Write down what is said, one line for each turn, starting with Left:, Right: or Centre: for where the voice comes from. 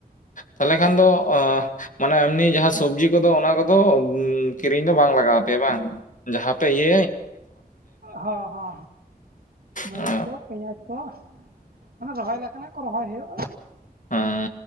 Left: ᱛᱟᱦᱚᱞᱮ ᱠᱷᱟᱱ ᱫᱚ ᱟ ᱢᱟᱱᱮ ᱮᱢᱱᱤ ᱡᱟᱦᱟᱸ ᱥᱚᱵᱡᱤ ᱠᱚᱫᱚ ᱚᱱᱟ ᱠᱚᱫᱚ ᱩᱸ ᱠᱤᱨᱤᱧ ᱫᱚ ᱵᱟᱝ ᱞᱟᱜᱟᱣ ᱟᱯᱮᱭᱟ ᱵᱟᱝ? ᱡᱟᱦᱟᱸ ᱯᱮ ᱤᱭᱟᱹ
Right: ᱦᱚ ᱦᱚ ᱦᱚ ᱢᱟᱹᱨᱤᱪ
Left: ᱚ
Right: ᱠᱚ ᱯᱮᱸᱭᱟᱡᱽ ᱠᱚ ᱚᱱᱟ ᱨᱚᱦᱚᱭ ᱞᱮᱠᱟᱱᱟᱜ ᱠᱚ ᱨᱚᱦᱚᱭ ᱦᱩᱭᱩᱜ
Left: ᱦᱮᱸ᱾